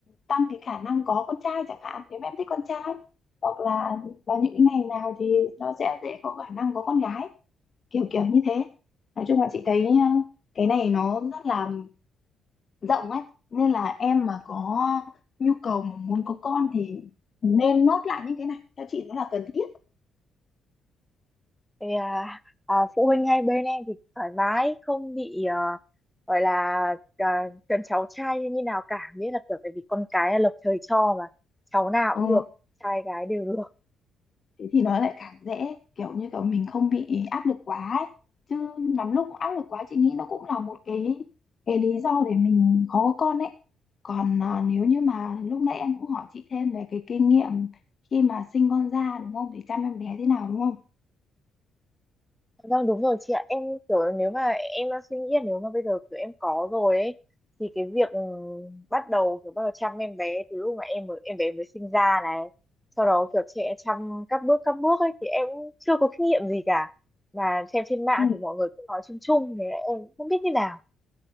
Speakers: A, on the left; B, in the centre.
A: tăng cái khả năng có con trai chẳng hạn nếu mà em thích con trai hoặc là vào những cái ngày nào thì nó sẽ dễ có khả năng có con gái kiểu kiểu như thế nói chung là chị thấy uh, cái này nó rất là rộng ấy nên là em mà có nhu cầu mà muốn có con thì nên nốt lại những cái này theo chị nó là cần thiết
B: thì à, à, phụ huynh hai bên em thì thoải mái không bị ờ, gọi là à, cần cháu trai như nào cả nghĩa là kiểu tại vì con cái là lập trời cho mà cháu nào
A: ờ,
B: cũng được trai gái đều được
A: thế thì nó lại càng dễ kiểu như kiểu mình không bị áp lực quá ấy. chứ lắm lúc áp lực quá chị nghĩ nó cũng là một cái cái lý do để mình khó có con ấy còn à, nếu như mà lúc nãy em cũng hỏi chị thêm về cái kinh nghiệm khi mà sinh con ra đúng không để chăm em bé thế nào đúng không
B: Vâng đúng rồi chị ạ em kiểu nếu mà em đang suy nghĩ là nếu mà bây giờ kiểu em có rồi ấy thì cái việc ừ, bắt đầu kiểu bắt đầu chăm em bé từ lúc mà em mới em bé mới sinh ra này sau đó kiểu trẻ chăm các bước các bước ấy thì em cũng chưa có kinh nghiệm gì cả và xem trên mạng
A: Ừ,
B: thì mọi người cũng nói chung chung thế em cũng không biết như nào